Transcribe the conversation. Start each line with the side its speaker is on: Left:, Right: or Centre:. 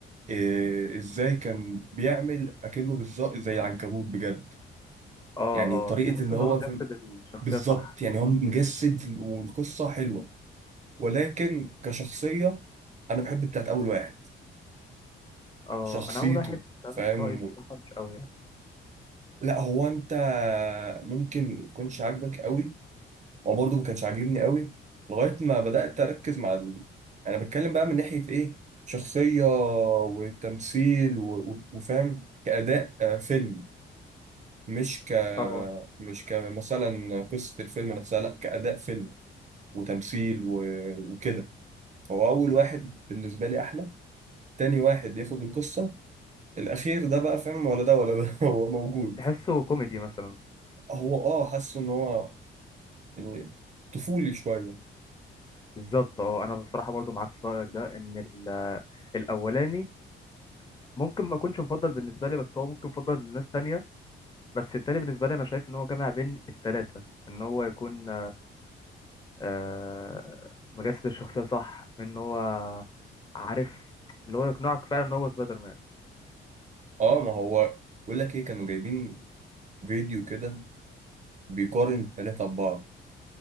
Right: إيه، إزاي كان بيعمل أكنه بالظبط زي العنكبوت بجد
Left: اه
Right: يعني طريقة
Left: اه تحس
Right: إن
Left: ان
Right: هو
Left: هو جسد
Right: فاهم-
Left: الشخصيه
Right: بالظبط
Left: صح
Right: يعني هو مجسد والقصة حلوة ولكن كشخصية أنا بحب بتاعت أول واحد
Left: اه
Right: شخصيته
Left: انا اول واحد انا
Right: فاهم
Left: من رايي بصراحه مش قوي يعني
Right: لا هو أنت ممكن ما يكونش عاجبك قوي هو برضه ما كانش عاجبني قوي لغايه ما بدات
Left: أمم.
Right: اركز مع ال... انا بتكلم بقى من ناحيه ايه شخصيه وتمثيل و... و- وفاهم كاداء آه، فيلم مش ك
Left: اه
Right: مش كمثلا قصه الفيلم نفسها لا كاداء فيلم وتمثيل و... وكده فهو اول واحد بالنسبه لي احلى تاني واحد ياخد القصه الاخير ده بقى فاهم ولا ده ولا ده <laughs> هو موجود
Left: تحسه كوميدي مثلا
Right: هو اه حاسه ان هو يعني طفولي شويه
Left: بالظبط اه انا بصراحه برضو معاك في رايك ده ان ال- الاولاني ممكن ما يكونش مفضل بالنسبه لي بس هو ممكن مفضل لناس تانية بس التاني بالنسبه لي انا شايف ان هو جامع بين التلاته ان هو يكون آه، مجسد الشخصيه صح من ان هو عارف اللي هو يقنعك فعلا ان هو سبايدر مان
Right: اه ما هو بقول لك ايه كانوا جايبين فيديو كده بيقارن التلاتة ببعض